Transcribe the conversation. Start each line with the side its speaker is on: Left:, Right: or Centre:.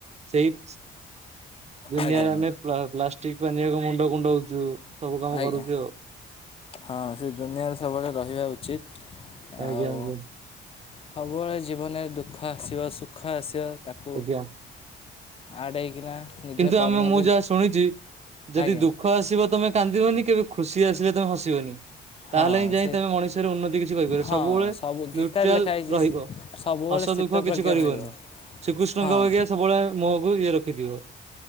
Right: ସେଇ ଦୁନିଆରେ
Left: ଆଜ୍ଞା ଆଜ୍ଞା
Right: ଆମେ ପ୍ଲାଷ୍ଟିକ ପାନିଆକୁ ମୁଣ୍ଡ କୁଣ୍ଡଉଛୁ। ସବୁ କାମ
Left: ଆଜ୍ଞା
Right: କରୁଛୁ ଆଉ।
Left: ହଁ ସେ ଦୁନିଆରେ ସବୁବେଳେ ରହିବା ଉଚିତ। ଆଉ
Right: ଆଜ୍ଞା ଆଜ୍ଞା।
Left: ସବୁବେଳେ ଜୀବନରେ ଦୁଃଖ ଆସିବ ସୁଖ ଆସିବ ତାକୁ
Right: ଆଜ୍ଞା
Left: ଆଡ଼େଇକିନା ନିଜ
Right: କିନ୍ତୁ
Left: କର୍ମରେ
Right: ଆମେ ମୁଁ ଯାହା ଶୁଣିଛି ଯଦି
Left: ଆଜ୍ଞା
Right: ଦୁଃଖ ଆସିବ ତମେ କାନ୍ଦିବନି, କେବେ ଖୁସି ଆସିଲେ ତମେ ହସିବନି।
Left: ହଁ
Right: ତାହେଲେ ହିଁ ଯାଇ
Left: ସେ
Right: ତମେ ମଣିଷରେ ଉନ୍ନତି କିଛି କରିପାର,
Left: ହଁ
Right: ସବୁବେଳେ
Left: ସବୁ ଗୀତାରେ
Right: ନ୍ୟୁଟ୍ରାଲ
Left: ଲେଖା ହେଇଛି
Right: ରହିବ।
Left: ସବୁବେଳେ
Right: ହସ
Left: ଶୀତପ୍ରଜ୍ଞ
Right: ଦୁଃଖ କିଛି କରିବନି।
Left: ରହିବ।
Right: ଶ୍ରୀକୃଷ୍ଣଙ୍କ
Left: ହଁ
Right: ବାଗିଆ ସବୁବେଳେ ମୁହଁକୁ ଇଏ ରଖିଥିବ।